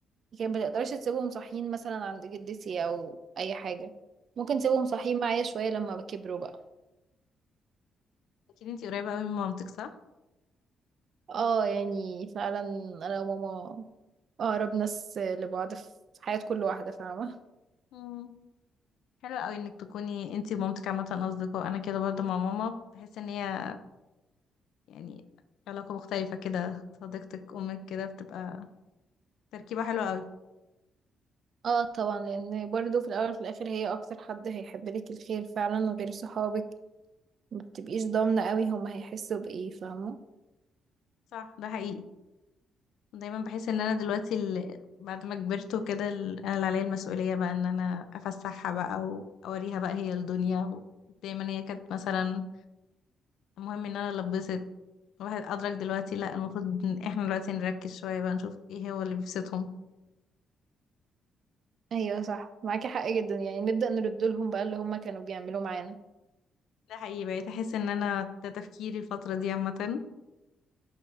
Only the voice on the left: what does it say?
اكيد انتي قريبة قوي من مامتك صح
امم حلو قوي انك تكوني انتي ومامتك عامة اصدقاء انا كده برضو مع ماما بحس ان هي يعني علاقة مختلفة كده صديقتك امك كده بتبقى تركيبة حلوة قوي
صح ده حقيقي دايما بحس ان انا دلوقتي ال... بعد ما كبرت وكده ال... انا اللي عليا المسؤوليه بقى ان انا افسحها بقى واوريها بقى هي الدنيا دايما هي كانت مثلا المهم ان انا لبست الواحد ادرك دلوقتي لا المفروض ان احنا دلوقتي نركز شويه بقى نشوف ايه هو اللي بيبسطهم
ده حقيقي بقيت احس ان انا ده تفكيري الفتره دي عامه